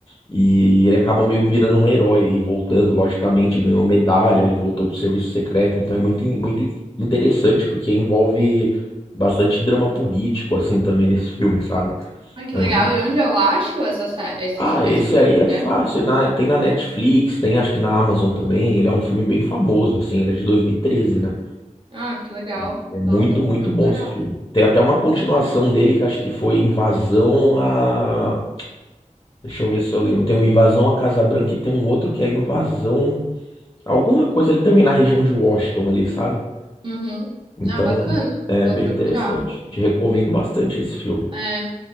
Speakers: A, on the left; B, on the right.
A: E ele acaba meio que virando um herói e voltando, logicamente, ganhou medalha, ele voltou pro serviço secreto. Então é muito, in- muito in- interessante porque envolve bastante drama político, assim, também nesse filme, sabe?
B: Ah, que
A: É
B: legal.
A: uma
B: E onde eu acho essa, sé- esse,
A: ah,
B: fi-
A: esse
B: esse filme,
A: aí é
B: né?
A: fácil. na- tem na Netflix, tem acho que na Amazon também. Ele é um filme bem famoso, assim. Ele é de 2013, né?
B: Ah, que legal.
A: E é muito,
B: Nossa, eu vou
A: muito
B: procurar.
A: bom esse filme. Tem até uma continuação dele que acho que foi Invasão a. Deixa eu ver se eu lembro. Tem o Invasão a Casa Branca e tem um outro que é Invasão. Alguma coisa ali também na região de Washington ali, sabe?
B: Uhum.
A: Então,
B: Ah, bacana.
A: é
B: Vou
A: bem
B: procurar.
A: interessante. Te recomendo bastante esse filme.
B: É.